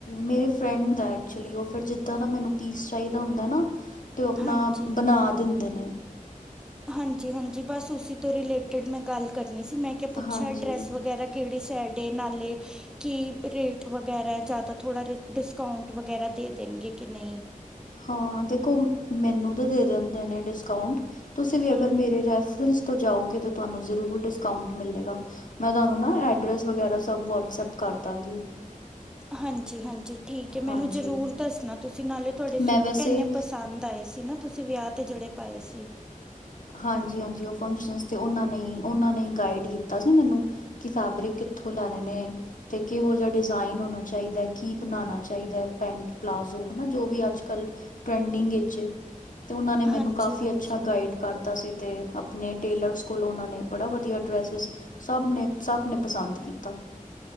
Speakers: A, on the left; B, in the centre.
A: ਮੇਰੀ ਫਰੈਂਡ ਦੈ ਐਕਚੁਲੀ ਓ, ਫੇਰ ਜਿੱਦਾ ਦਾ ਮੈਨੂੰ ਪੀਸ ਚਾਈਦਾ ਹੁੰਦਾ ਨਾ ਤੇ ਓ ਅਪਨਾ
B: ਹਾਂਜੀ
A: ਬਨਾ ਦਿੰਦੇ ਨੇ।
B: ਹਾਂਜੀ-ਹਾਂਜੀ ਬਸ ਉਸੀ ਤੋ ਰਿਲੇਟਡ ਮੈਂ ਗੱਲ ਕਰਨੀ ਸੀ, ਮੈਂ ਕਿਆ ਪੁੱਛਾ
A: ਹਾਂਜੀ
B: ਐਡਰੈਸ ਵਗੈਰਾ ਕੇੜੀ ਸਾਈਡ ਏ ਨਾਲੇ ਕਿ ਰੇਟ ਵਗੈਰਾ ਜਾਦਾ ਥੋੜਾ ਡਿਸਕਾਊਂਟ ਵਗੈਰਾ ਦੇ ਦੇਨਗੇ ਕਿ ਨਈ
A: ਹਾਂ ਦੇਖੋ ਮੈਨੂੰ ਤੇ ਦੇ ਦਿੰਦੇ ਨੇ ਡਿਸਕਾਊਂਟ, ਤੁਸੀ ਵੀ
B: ਹੂੰ
A: ਅਗਰ ਮੇਰੇ ਰੈਫਰੈਂਸ ਤੋ ਜਾਓਗੇ, ਤੇ ਤੁਆਨੂੰ ਜ਼ਰੂਰ ਡਿਸਕਾਊਂਟ ਮਿਲੇਗਾ। ਮੈਂ ਤਾਨੂੰ ਨਾ ਐਡਰੈਸ ਵਗੈਰਾ ਸਭ ਵਟਸਐਪ ਕਰ ਦਾਂਗੀ।
B: ਹਾਂਜੀ-ਹਾਂਜੀ ਠੀਕ ਐ ਮੈਨੂੰ
A: ਹਾਂਜੀ
B: ਜ਼ਰੂਰ ਦੱਸਣਾ ਤੁਸੀਂ ਨਾਲੇ ਥੋਡੇ
A: ਮੈਂ
B: ਸੂਟ
A: ਵੈਸੇ
B: ਇੰਨੇ ਪਸੰਦ ਆਏ ਸੀ ਨਾ ਤੁਸੀਂ ਵਿਆਹ ਤੇ ਜਿਹੜੇ ਪਾਏ ਸੀ।
A: ਹਾਂਜੀ-ਹਾਂਜੀ ਉਹ ਫੰਕਸ਼ਨ ਤੇ ਉਹਨਾ ਨੇ ਉਹਨਾ ਨੇ ਗਾਈਡ ਕੀਤਾ ਸੀ ਮੈਨੂੰ ਕਿ ਫੈਬਰਿਕ ਕਿੱਥੋਂ ਲੈਣੇ ਨੇ। ਤੇ ਕਿਹੋ ਜਿਹਾ ਡਿਜ਼ਾਇਨ ਹੋਣਾ ਚਾਹੀਦਾ ਐ ਕੀ ਬਣਾਣਾ ਚਾਹੀਦਾ ਐ ਪੈਂਟ ਪਲਾਜ਼ੋ ਹਨਾ ਜੋ ਵੀ ਅੱਜ-ਕੱਲ ਟ੍ਰੈਂਡਿੰਗ 'ਚ ਤੇ ਉਹਨਾਂ ਨੇ ਮੈਨੂੰ
B: ਹਾਂਜੀ
A: ਕਾਫੀ
B: ਹਾਂਜੀ
A: ਅੱਛਾ ਗਾਈਡ ਕਰਤਾ ਸੀ ਤੇ ਆਪਣੇ ਟੇਲਰਸ ਕੋਲੋਂ ਉਹਨਾਂ ਨੇ ਬੜਾ ਵਧੀਆ ਡ੍ਰੈਸਿਸ ਸਭ ਨੇ ਸਭ ਨੇ ਪਸੰਦ ਕੀਤਾ।